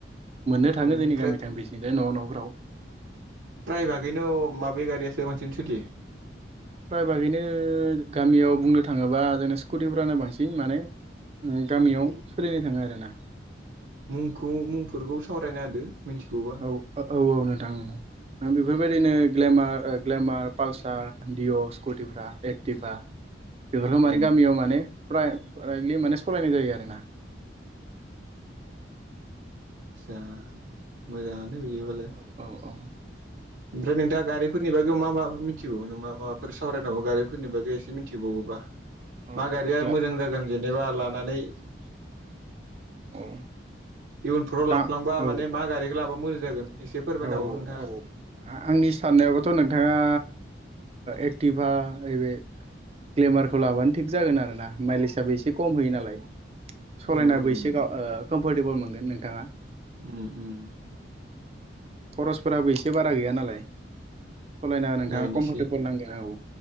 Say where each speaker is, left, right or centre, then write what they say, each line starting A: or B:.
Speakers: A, on the right (about 35°); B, on the right (about 85°).
A: मोननो थाङो
B: ओमफ्राय
A: जोंनि गामिथिं बिथिंजाय न' न'फोराव।
B: प्राय भागैनो माबे गारियासो बांसिन सोलियो?
A: फ्र बागैनो गामियाव बुंनो थाङोबा जोंना स्कुटिफ्रानो बांसिन माने गामियाव
B: औ
A: सोलिनो थाङो आरोना।
B: मुंखौ मुंफोरखौ सावरायना होदो मिथिगौबा।
A: औ औ औ नोंथां ओं। नों बेफोरबायदिनो ग्लेमार ग्लेमार पालसार दिडिअ स्कुटिफ्रा एक्टिभा। बेफोरखौ माने
B: उम
A: गामियाव माने प्राइलि माने सालायनाय जायो आरोना।
B: आस्सा मोजाङानो बिदिबालाय।
A: औ औ।
B: ओमफ्राय नोंथाङा गारिफोर नि बागै मा मा मिथिगौ नों मा माबाफोर सावरायनांगौ गारिफोरनि बागै एसे मिनथिबागौबा।
A: औ
B: मा गारिया
A: ग्ला
B: मोजां जागोन जेनेबा लानानै इयुनफ्राव
A: औ दा
B: लाफ्लांबा
A: औ
B: माने मा गारिखौ लाबा मोजां जागोन एसे फोरमायनो
A: औ
B: हागौ नोंथाङा।
A: औ आंनि साननायावबाथ' नोंथाङा एक्टिभा, ऐबे ग्लेमारखौ लाबानो थिग जागोन आरो ना माइलेजआबो एसे खम होयो नालाय। सालायनाबो
B: उम
A: एसे गाव कम्फरटेबोल मोनगोन नोंथाङा।
B: उम उम।
A: खरसफोराबो एसे बारा गैया नालाय। सलायना नोंथाङा
B: नायनोसै
A: कम्फरटेबोल नांगोन औ।